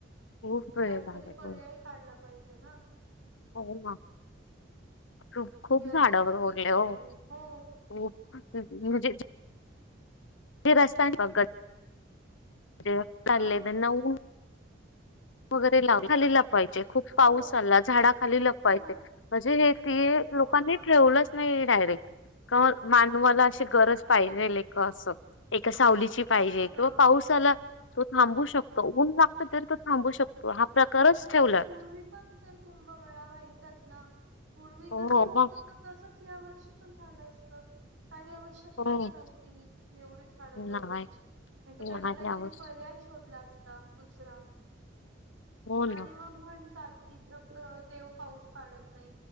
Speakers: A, on the left (about 80°); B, on the right (about 85°).
A: खूप वेळ
B: काहीतरी
A: लागेल.
B: पर्याय काढला पाहिजे ना.
A: हो ना खूप खूप
B: हे
A: झाडावर
B: असं चुकीचं
A: होले हो
B: आहे हो
A: खूप म्हणजे - ते रस्ता आहे. <unintelligible>
B: हा
A: वगैरे लाव खाली लाव. खूप
B: हो
A: पाऊस आला झाडा खाली लपवायचे
B: हो
A: म्हणजे हे ते
B: हो
A: लोकांनी
B: ना
A: ठेवलं नाही. डायरेक्ट मानवाला अशी गरज पाहिजे का अस एका सावलीची- पाहिजे
B: हो ना
A: किंवा पाऊसाला तो थांबू शकतो ऊन लागत तेव्हा - थांबू शकतो हा प्रकारच ठेवला
B: पूर्वी पण तर कुंभमेळा व्हायचाच ना पूर्वी
A: हो
B: कस होत
A: मग
B: होत तसच या वर्षी तसंच झाल असत काही आवश्यक
A: हो
B: ताच नव्हती एवढी झाड तोडण्याची
A: नाही
B: नाही तर त्याला
A: नाही
B: काही
A: आवश्यक
B: पर्याय शोधला असता दुसरा
A: हो
B: आणि
A: ना
B: मग म्हणतात की देव पाऊस पाडत नाही